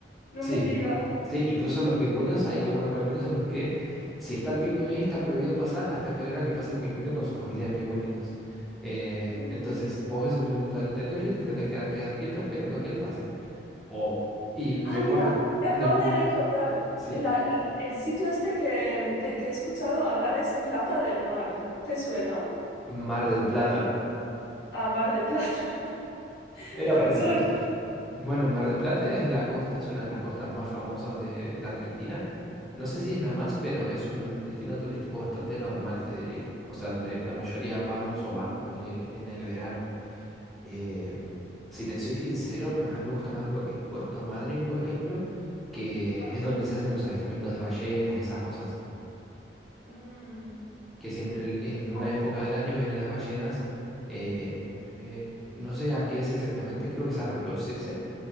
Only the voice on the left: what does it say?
no
me digas.
Mm.
Ah,
mira, me acabo
de recordar.
La- el el sitio este que, mm, del que he escuchado hablar es Plata del Mar. ¿Te suena?
Ah, Mar de Plata. <laughs>
Perdón.
Ah,
Ajá.
Mm.
Oh,